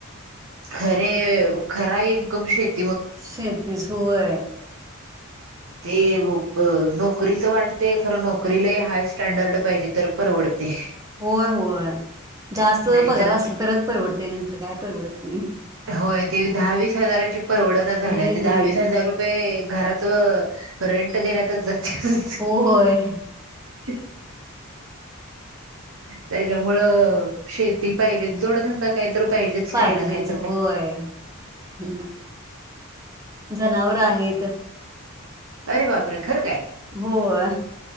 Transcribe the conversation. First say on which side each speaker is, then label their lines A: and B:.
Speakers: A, on the right; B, on the right.
A: खरे खरा इन्कम शेती.
B: शेतीच होय.
A: ते नोकरीच वाटते खरं नोकरी लय हाय स्टँडर्ड पाहिजे. तर परवडते.
B: होय होय जास्त
A: नाहीतर
B: पगार असल तरच परवडते नंतर काय परवडत. नाही
A: होय ती दहावीस हजाराची परवडना झाल्या
B: नाही नाही
A: त दहावीस हजार
B: नाही
A: रुपये घरात- रेंट देण्यातच जाते.
B: होय
A: <inaudible> त्याच्यामुळं शेती पाहिजेच जोडधंदा काही तर पाहिजेच
B: पाहिजेच
A: काय ना काय तरं. <inaudible> अरे
B: होय हम्म जनावर आहेत
A: बाप रे खरं काय
B: होय